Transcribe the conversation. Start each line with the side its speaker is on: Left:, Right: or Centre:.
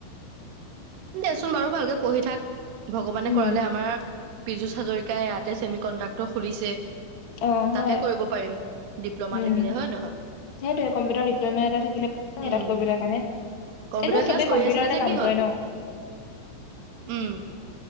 Right: দেচোন বাৰু ভালকে পঢ়ি থাক ভগৱানে
Left: উম
Right: কৰালে আমাৰ পীজু হাজৰিকাই ইয়াতে চছেমি কণ্ডাক্টৰ খুলিছে,
Left: অ হয়
Right: তাতে কৰিব পাৰিম। ডিপ্ল'মা
Left: উম
Right: থাকিলে হয়, নহয়।
Left: সেইটোৱে কম্পিউাৰত ডিপ্লমা এটা থাকিলে এটা <unintelligible>
Right: উম,
Left: কৰিবলৈ কাৰণে।
Right: কম্পিউটাৰ
Left: এনেও
Right: ক্লাছ
Left: চবে
Right: কৰি
Left: কম্পিউটাৰতে
Right: আছিলি যে
Left: কাম
Right: কি হ'ল?
Left: কৰে ন।
Right: উম,